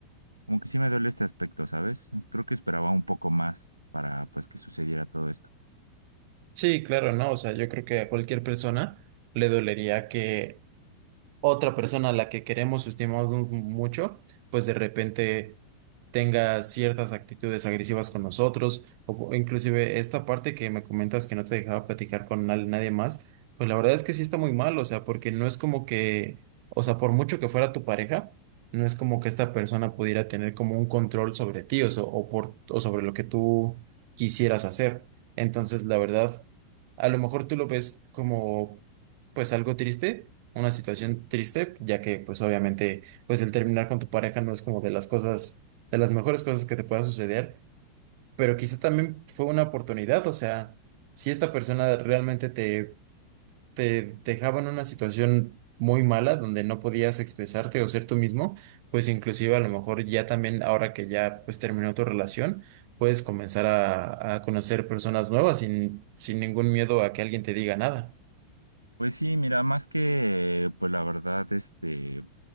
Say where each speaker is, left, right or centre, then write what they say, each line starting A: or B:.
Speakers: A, on the right (about 90°); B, on the right (about 45°).
A: como que sí me duele este aspecto, ¿sabes? Creo que esperaba un poco más para pues que sucediera todo esto.
B: Sí, claro, no, o sea, yo creo que a cualquier persona le dolería que otra persona a la que queremos, o estimamos mu- mucho, pues de repente tenga ciertas actitudes agresivas con nosotros, o o inclusive esta parte que me comentas que no te dejaba platicar con na- nadie más, pues la verdad es que sí está muy mal, o sea, porque no es como que, o sea, por mucho que fuera tu pareja, no es como que esta persona pudiera tener como un control sobre ti, o, so- o por, o sobre lo que tú quisieras hacer. Entonces, la verdad, a lo mejor tú lo ves como pues algo triste, una situación triste, ya que pues obviamente pues el terminar con tu pareja no es como de las cosas, de las mejores cosas que te pueda suceder, pero quizá también fue una oportunidad, o sea, si esta persona realmente te, te dejaba en una situación muy mala donde no podías expresarte o ser tú mismo, pues inclusive a lo mejor ya también ahora que ya pues terminó tu relación, puedes comenzar a, a conocer personas nuevas sin, sin ningún miedo a que alguien te diga nada.
A: Pues sí, mira, más que, pues la verdad, este,